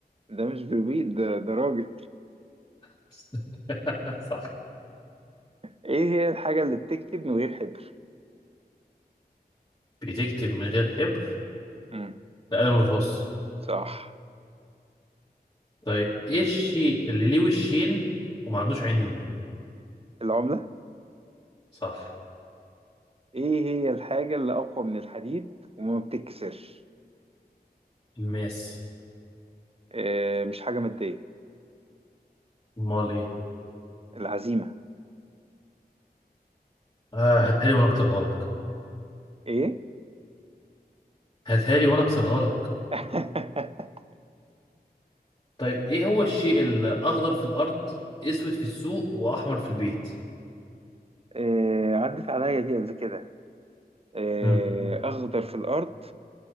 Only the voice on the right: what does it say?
ده مش بربيد ده, ده راجل
ايه هي الحاجة اللي بتكتب من غير حبر؟
امم
صح
العملة
ايه هي الحاجة اللي أقوى من الحديد وما بتتكسرش؟
إيه مش حاجة مادية
العزيمة
ايه؟
<laughs>
إيه عدت عليا دي قبل كده إيه
أخضر في الأرض